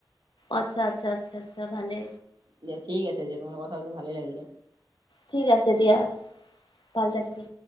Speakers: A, on the left; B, on the right.
A: আচ্ছা, আচ্ছা, আচ্ছা, আচ্ছা, ভালে।
B: দিয়া ঠিক আছে দিয়া তোমাৰ লগত কথা পাতি ভালেই লাগিল দিয়া
A: ঠিক আছে দিয়া ভাল থাকিবি।